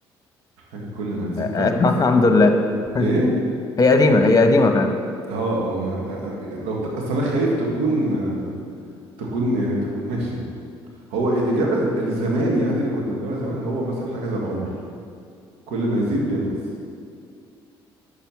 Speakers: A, on the right; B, on the left.
A: حاجة كل ما
B: <laughs>
A: تزيد تنقص
B: الحمد لله <laughs>
A: ايه
B: هي قديمة هي قديمة فعلا
A: اه اه ما آه، آه، لو ت... اصل انا خايف تكون آه، تكون يعني تكون ماشي هو الإجابة ال- الزمان يعني اللي كنا بنقولها زمان هو مثلا حاجة زي العمر كل ما يزيد بينقص